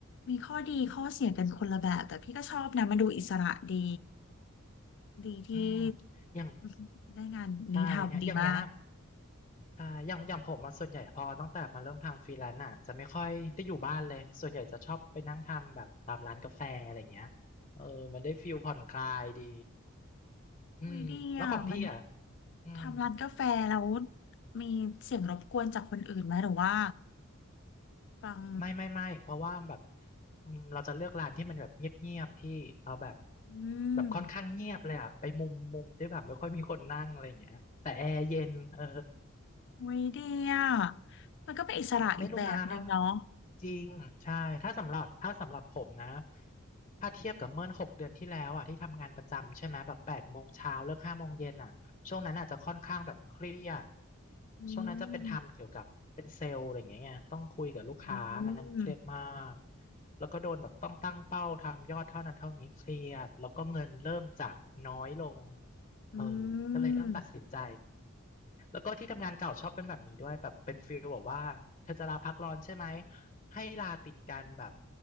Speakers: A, on the left; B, on the left.
A: มีข้อดีข้อเสียกันคนละแบบแต่พี่ก็ชอบนะมันดูอิสระดีดีที่
B: อืมอย่าง
A: อื้อหือได้งานนี้ทำดีมาก
B: ใช่เนี่ยอย่างเนี้ยใช่อย่างอย่างผมมาส่วนใหญ่พอตั้งแต่มาเริ่มทำฟรีแลนซ์น่ะจะไม่ค่อยได้อยู่บ้านเลยส่วนใหญ่จะชอบไปนั่งทำแบบตามร้านกาแฟอะไรเงี้ยเออมันได้ฟิลผ่อนคลายดีอืมแล้วของพี่อ่ะ
A: อุ้ยดีอ่ะมัน
B: อืม
A: ทำร้านกาแฟแล้วมีเสียงรบกวนจากคนอื่นไหมหรือว่าฟัง
B: ไม่ไม่ไม่เพราะว่าแบบอืมเราจะเลือกร้านที่มันแบบเงียบๆพี่เอาแบบ
A: อืม
B: แบบค่อนข้างเงียบเลยอะไปมุมมุมที่แบบไม่ค่อยมีคนนั่งอะไรอย่างเงี้ยแต่แอร์เย็นเออ
A: อุ้ยดีอ่ะมันก็เป็นอิสระอีกแบบนึงเนาะ
B: ไม่รู้นะถ้าจริงใช่ถ้าสำหรับถ้าสำหรับผมนะถ้าเทียบกับเมื่อหกเดือนที่แล้วอ่ะที่ทำงานประจำใช่ไหมแบบแปดโมงเช้าเลิกห้าโมงเย็นอ่ะช่วงนั้นอาจจะค่อนข้างแบบเครียด
A: อื
B: ช่วงนั้นจะเป็นทำเกี่ยวกับเป็นเซลล์อะไรอย่างเงี้ยไงต้องคุยกับลูกค้าอันนั้นเครียดมาก
A: ม อืม
B: แล้วก็โดนแบบต้องตั้งเป้าทำยอดเท่านั้นเท่านี้เครียดแล้วก็เงินเริ่มจะน้อยลง
A: อื
B: เออก็เลยต้องตัดสินใจ
A: ม
B: แล้วก็ที่ทำงานเก่าชอบเป็นแบบนี้ด้วยแบบเป็นฟีลแบบว่าเธอจะลาพักร้อนใช่ไหมให้ลาติดกันแบบ